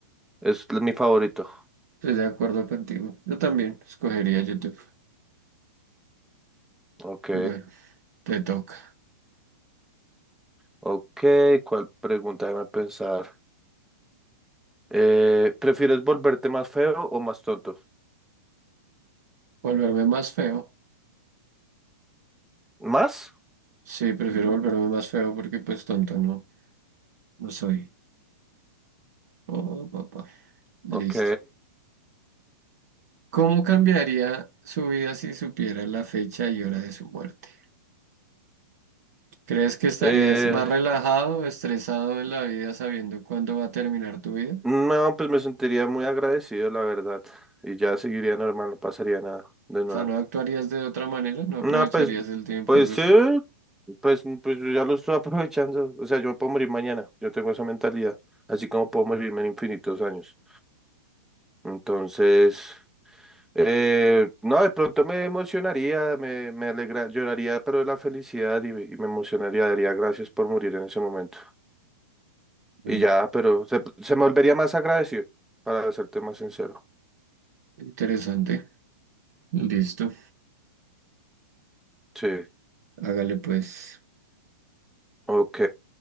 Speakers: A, in the centre; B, on the right (about 65°).
A: es mi favorito.
B: estoy de acuerdo contigo. Yo también escogería YouTube.
A: Ok,
B: Bueno, te toca.
A: ok. ¿Cuál pregunta? Déjame pensar. Eh, ¿prefieres volverte más feo o más tonto?
B: ¿Volverme más feo?
A: ¿Más?
B: Sí, prefiero volverme más feo porque pues tonto no, no soy. Oh, papá. Listo.
A: Ok.
B: ¿Cómo cambiaría su vida si supiera la fecha y hora de su muerte? ¿Crees que estarías
A: Eh,
B: más relajado o estresado en la vida sabiendo cuándo va a terminar tu vida?
A: no, pues me sentiría muy agradecido, la verdad. Y ya seguiría normal, no pasaría nada de nuevo.
B: O sea, ¿no actuarías de otra manera? ¿No aprovecharías
A: No, pues,
B: el tiempo,
A: pues
B: algo
A: sí,
B: así?
A: pues, pues yo ya lo estoy <laughs> aprovechando. O sea, yo me puedo morir mañana. Yo tengo esa mentalidad. Así como puedo morirme en infinitos años. Entonces, eh, no, de pronto me emocionaría, me, me alegra, lloraría, pero de la felicidad y, me y me emocionaría, daría gracias por morir en ese momento.
B: Bueno,
A: Y ya, pero se, se me volvería más agradecido, para serte más sincero.
B: interesante. Listo.
A: Sí,
B: Hágale pues.
A: ok.